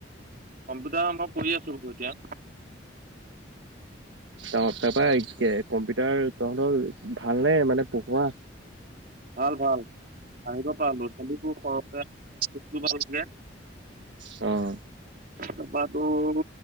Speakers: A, on the right (about 55°); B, on the right (about 80°).
A: কম্পিউটাৰ মই কৰি আছোক এতিয়া।
B: অঁ' তাপা কম্পিউটাৰ তহঁতৰ ভালনে মানে পঢ়োৱা?
A: ভাল ভাল। আহিব পাৰ ল'ৰা- ছোৱালীবোৰ সৰহকে <unintelligible>
B: অঁ'
A: তাপা তোৰ-